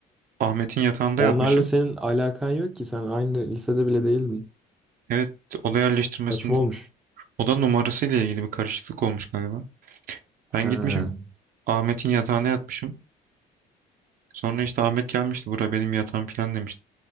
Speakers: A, on the right; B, in the centre.
A: Ahmet'in yatağında
B: Onlarla
A: yatmışım.
B: senin alakan yok ki sen aynı lisede bile değildin.
A: Evet oda yerleştirmesinde
B: Saçma olmuş.
A: oda numarasıyla ilgili bir karışıklık olmuş galiba.
B: Ha.
A: Ben gitmişim Ahmet'in yatağına yatmışım. Sonra işte Ahmet gelmişti bura benim yatağım falan demişti.